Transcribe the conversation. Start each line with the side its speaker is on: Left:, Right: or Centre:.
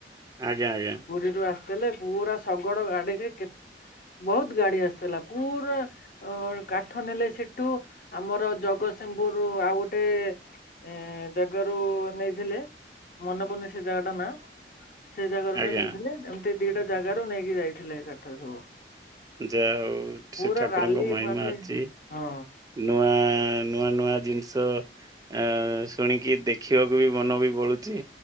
Right: ଆଜ୍ଞା ଆଜ୍ଞା
Left: ପୁରୀରୁୁ ଆସ ଥିଲେ ପୁରା ଶଗଡ ଗାଡିରେ କେ ବହୁତ ଗାଡି ଆସିଥିଲା ପୁରା ଅ କାଠ ନେଲେ ସେଠୁ ଆମର ଜଗ ତସିଂହ ପୁର ରୁ ଆଉ ଗୋଟେ ଏ ଜାଗାରୁ ନେଇଥିଲେ ମନେ ପଡୁନି ସେ ଜାଗା ଟା ନା ସେଇ ଜାଗାରୁ
Right: ଆଜ୍ଞା
Left: ବି ନେଇଥିଲେ ଏମତି ଦିଟା ଜାଗାରୁ ନେଇକି ଯାଇଥିଲେ କାଠ ସବୁ
Right: ଯାହା ହଉ
Left: ପୁରା
Right: ସେ ଠାକୁରଙ୍କ
Left: ରାଲି
Right: ମହିମା
Left: ଫାଲି
Right: ଅଛି
Left: ହଁ
Right: ନୂଆ ନୂଆ ନୂଆ ଜିନିଷ ଆ ଶୁଣିକି ଦେଖିବାକୁ ବି ମନ ବି ଭୋଳୁଛି